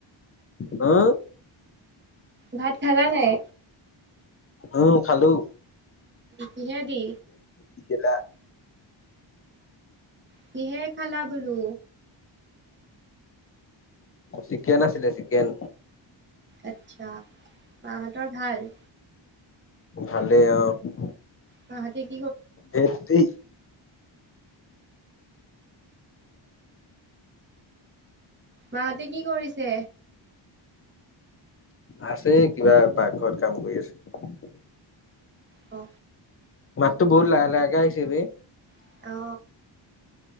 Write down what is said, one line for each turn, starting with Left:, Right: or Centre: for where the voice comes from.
Left: হা।
Right: ভাত খালা নাই?
Left: উম খালো।
Right: কিহে দি?
Left: ক।
Right: কিহে খালা বোলো?
Left: চিকেন আছিলে চিকেন।
Right: আচ্ছা মাহতৰ ভাল?
Left: ভালে আৰু।
Right: অ।
Left: সেইটোৱে।
Right: মাহঁতে কি কৰিছে?
Left: আছে কিবা পাকঘৰত কাম কৰি আছে।
Right: অ।
Left: মাতটো বহুত লাহ লাহে আহিছে যে।
Right: অ